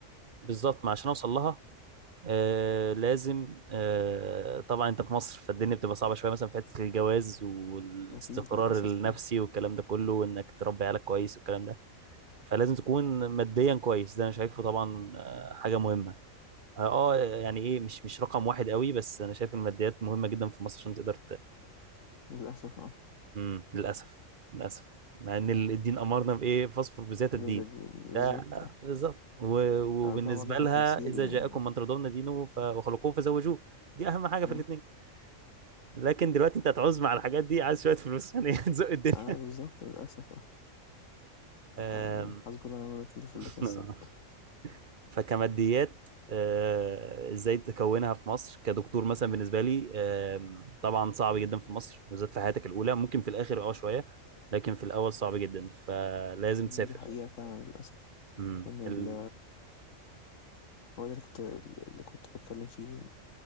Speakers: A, on the right; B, on the left.
A: بالظبط ما عشان أوصل لها آه لازم آه طبعا انت في مصر فالدنيا بتبقى صعبة شوية مثلا في حتة الجواز والاستقرار
B: أكيد للأسف
A: النفسي
B: يعني
A: والكلام ده كله وانك تربي عيالك كويس والكلام ده فلازم تكون ماديا كويس ده انا شايفه طبعا آه حاجة مهمة اه آه، يعني ايه مش مش رقم واحد قوي بس انا شايف الماديات مهمة جدا في مصر عشان تقدر
B: للأسف أه
A: امم للاسف للاسف مع ان ال- الدين امرنا بايه فاصفر بذات الدين
B: ب- ب- بالظبط
A: ده مم.
B: آه.
A: بالظبط و- وبالنسبه
B: ربنا برضه في
A: لها
B: التيسير
A: اذا
B: يعني
A: جاءكم من ترضون دينه ف- وخلقوه فزوجوه دي اهم حاجه في
B: أه
A: الاثنين لكن دلوقتي انت هتعوز مع الحاجات دي عايز شويه فلوس يعني <laughs> تزق الدنيا
B: آه، بالظبط للأسف آه.
A: آم،
B: يعني حسبي الله ونعم الوكيل في
A: <laughs>
B: اللي كسب
A: فكماديات آه، ازاي تكونها في مصر كدكتور مثلا بالنسبه لي آم، طبعا صعب جدا في مصر بالذات في حياتك الاولى ممكن في الاخر اه شويه لكن في الاول صعب جدا فلازم
B: يعني
A: تسافر
B: دي حقيقة فعلا للأسف
A: امم
B: إن ال-
A: ال...
B: هو ده اللي كنت اللي كنت بتكلم فيه